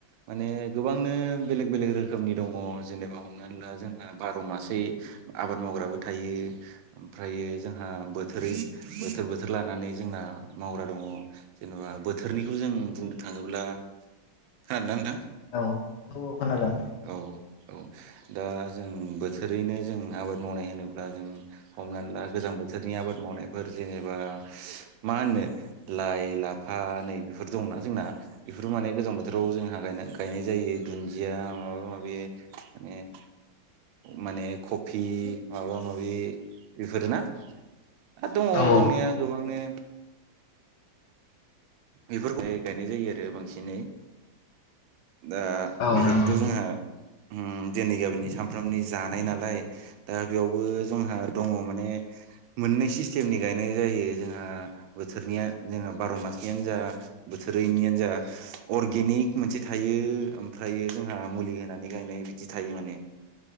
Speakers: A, on the right; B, on the left.
A: माने गोबांनो बेलेग बे बेलेग रोखोमनि दङ जेनेबा हमनानै ला जोंहा बार' मासै आबाद मावग्राबो थायो। ओमफ्रायो जोंहा बोथोरै बोथोर बोथोर लानानै जोंना मावग्रा दङ। जेनेबा बोथोरनिखौ जों बुंनो थाङोब्ला खोनादोंना नोंथां
B: औ औ औ खोनादों।
A: औ औ दा जों बोसोरैनो जों आबाद मावनाय होनोब्ला जों हमनानै ला गोजां बोथोरनि आबाद मावनायफोर जेनेबा मा होननो लाय लाफा नै बेफोर दंना जोंना बेफोर माने गोजां बोथोराव जोंहा गायना गायनाय जायो दुन्दिया मा माबा माबि माने माने कफि माबा माबि बेफोर ना। आरो दङ
B: औ
A: दंनाया गोबांनो बेफोर फोरखौहाय गायनाय जायो आरो बांसिनै दा
B: औ
A: बेफोरखौथ'
B: नंगौ
A: जोंहा उम दिनै गामिनि सानफ्रामोमनि जानाय नालाय दा बेयावबो जोंहा दङ माने मोननै सिस्टेमनि गायनाय जायो जोंहा बोथोरनिया जोंहा बार' मास नो जा बोथोरैनियानो जा अर्गेनिक मोनसे थायो ओमफ्रायो जोंहा मुलि होनानै गायनाय बिदि थायो माने